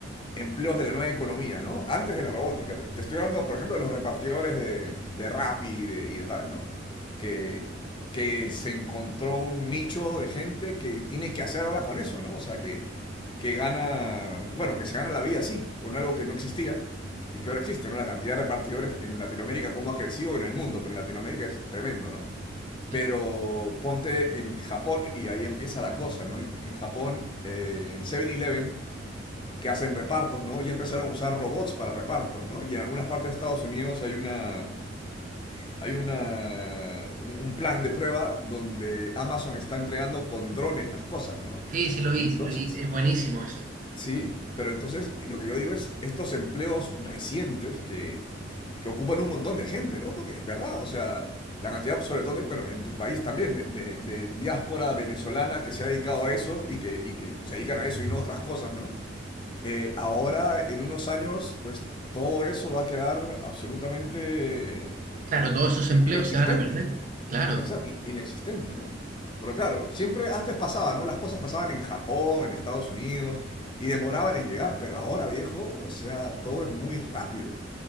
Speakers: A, on the left; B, on the right.
A: empleos de la nueva economía, ¿no? Antes de la robótica. Te, estoy hablando, por ejemplo, de los repartidores de, de Rappi y de, y de tal, ¿no? Que, que se encontró un nicho de gente que tiene que hacer ahora con eso, ¿no? O sea, que, que gana, bueno, que se gana la vida así, con algo que no existía y que ahora existe, ¿no? La cantidad de repartidores en Latinoamérica, cómo ha crecido en el mundo, pero en Latinoamérica es tremendo, ¿no?
B: Sí,
A: Pero ponte en Japón y ahí empieza la cosa, ¿no? En, en Japón, eh, en Seven eleven que hacen repartos, ¿no? Y empezaron a usar robots para repartos, ¿no? Y en algunas partes de Estados Unidos hay una hay una un, un plan de prueba donde Amazon está entregando con drones las cosas, ¿no?
B: sí, sí lo vi,
A: Entonces,
B: sí lo vi, es buenísimo eso.
A: sí, pero entonces lo que yo digo es estos empleos recientes que, que ocupan un montón de gente, ¿no? Porque es verdad, o sea, la cantidad, sobre todo, de- bueno, en tu país también, de, de- de diáspora venezolana que se ha dedicado a eso y que, y que se dedican a eso y no a otras cosas, ¿no? Eh, ahora, en unos años, pues todo eso va a quedar absolutamente
B: Claro,
A: eh,
B: todos esos
A: i-
B: empleos
A: inexistente.
B: se van a perder, claro.
A: Exacto, in- inexistente, ¿no? Pero claro, siempre antes pasaba, ¿no? Las cosas pasaban en Japón, en Estados Unidos, y demoraban en llegar, pero ahora, viejo, o sea, todo es muy rápido.